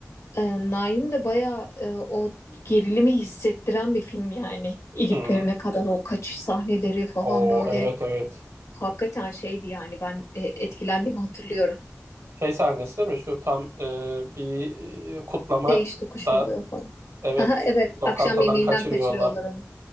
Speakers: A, on the left; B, on the right.
A: e, Naim de bayağı e, o gerilimi hissettiren bir film yani. İliklerine
B: hmm.
A: kadar o kaçış sahneleri falan
B: O
A: böyle
B: evet evet.
A: hakikaten şeydi yani ben e, etkilendiğimi hatırlıyorum.
B: Şey sahnesi değil mi? Şu tam e, bir e, kutlama
A: Değiş tokuş
B: da
A: oluyor falan.
B: evet
A: Aha, evet
B: lokantadan
A: akşam yemeğinden
B: kaçırıyorlar.
A: kaçırıyorlar onu.